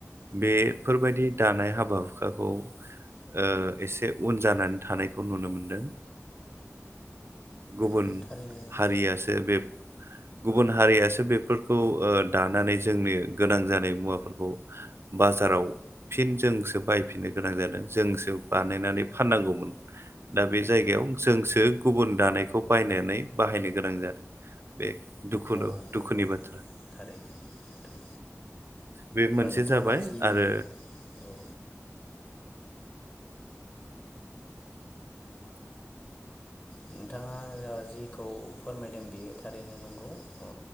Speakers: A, on the right; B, on the left.
A: बेफोरबायदि दानाय हाबा खौ ओ एसे उन जानानै थानायखौ नुनो मोनदों। गुबुन
B: औ थारैनो नोंथां
A: हारियासो बे गुबुन हारियासो बेफोरखौ ओ दानानै जोंनि गोनां जानाय मुवाफोरखौ बाजाराव फिन जोंसो बायफिन नो गोनां जादों जोंसो बानायनानै फाननांगौमोन दा बे जायगायाव जोंसो गुबुन दानायखौ बायनानै बाहायनो गोनां जादों बे दुखु
B: औ
A: दुखुनि
B: नंगौ
A: बाथ्रा
B: थारैनो नोंथां
A: बे मोनसे
B: नोंथाङा
A: जाबाय
B: जि
A: आरो
B: औ नोंथाङा जिखौ फोरमायदों बियो थारैनो नंगौ ओ